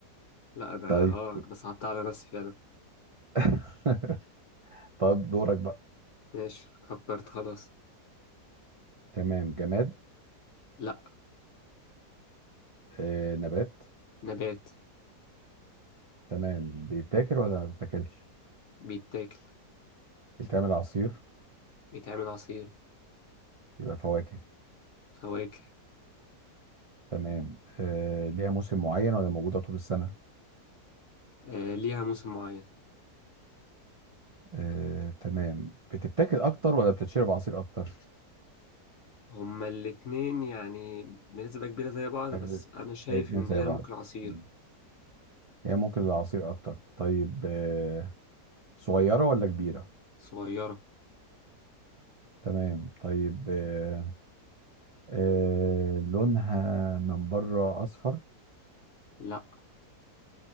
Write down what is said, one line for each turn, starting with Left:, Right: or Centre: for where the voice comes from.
Left: لا أنا
Right: طيب
Left: آه أنا صعبت على نفسي فعلا
Right: <laughs> طب دورك بقى
Left: ماشي فكرت خلاص
Right: تمام جماد
Left: لا
Right: آه نبات
Left: نبات
Right: تمام بيتاكل ولا ما بيتاكلش
Left: بيتاكل
Right: بيتعمل عصير
Left: بيتعمل عصير
Right: يبقى فواكه
Left: فواكه
Right: تمام آه ليها موسم معين ولا موجودة طول السنة
Left: آه ليها موسم معين
Right: آه تمام بتتاكل أكتر ولا بتتشرب عصير أكتر
Left: هما الاتنين يعني بنسبة كبيرة زي بعض بس
Right: آه،
Left: أنا شايف
Right: الاتنين
Left: إن
Right: زي
Left: هي
Right: بعض
Left: ممكن عصير
Right: مم. هي ممكن العصير أكتر طيب آه صغيرة ولا كبيرة
Left: صغيرة
Right: تمام طيب آه آه لونها من بره أصفر
Left: لا